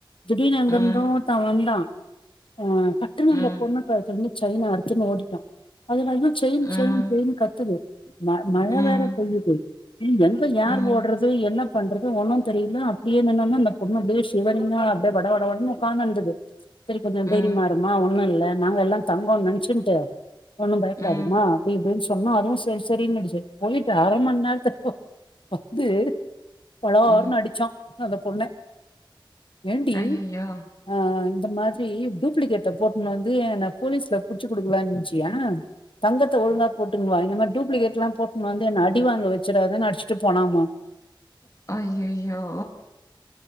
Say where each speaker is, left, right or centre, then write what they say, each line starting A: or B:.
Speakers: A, on the left; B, on the left.
A: திடீர்னு எங்கருந்தோ
B: ம்
A: ஒருத வந்தா அ பட்டுனு அந்த
B: ம்
A: பொண்ணு கழுத்துல இருந்து சைன அருத்துட்டு ஓடிட்டா அதுல வந்து செய்ன்
B: ம்
A: செய்ன் செய்ன் கத்துது ம மழ
B: ம்
A: வேற பெய்யுது இ எங்க யார்
B: ம்
A: ஓட்றது என்ன பண்ற து ஒன்னும் தெரில அப்டியே என்னன்னா அந்த பொண்ணு அப்டியே சுவருல அப்டியே வட வடன் உக்காந்துருந்தது செரி கொஞ்சொம்
B: ம்
A: தைரிமா இருமா ஒண்ணு இல்ல நாங்க எல்லாம் தங்கோனு நெனைச்சுன்ட்டு ஒண்ணும் பயப்டாதமா
B: ம்
A: அப்டி இப்டின் சொன்னோ அதுவும் சரி சரின்னுடுச்ச பொயிட்டு அரம நேரத்துக்கு வந்து பலாறுனு
B: ம்
A: அடுச்சான் அந்த பொண்ண ஏண்டி
B: அய்யய்யோ
A: அ இந்த மாதிரி டூப்ளிகெட்ட போட்னு வந்து என போலீஸ்ல புடுச்சு குடுக்கலானு நெனச்சியா தங்கத்த‌ ஒழுங்கா போட்டுணுவா இந்த டூப்ளிகெட்லாம் போட்ணு வந்து என்ன அடி வாங்க வச்சுடாதனு அட்ச்சுட்டு போனாமா
B: ஐயயோ